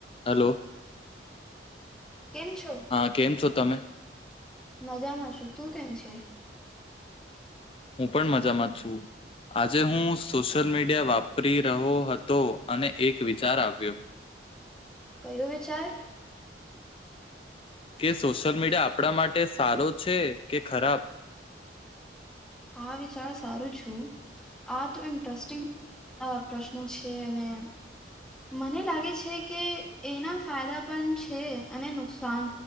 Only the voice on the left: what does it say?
હલો.
હા, કેમ છો તમે?
હું, પણ મજામાં છું. આજે હું સોશિયલ મીડિયા વાપરી રહ્યો હતો, અને એક વિચાર આવ્યો.
કે સોશિયલ મીડિયા આપણા માટે સારો છે, કે ખરાબ?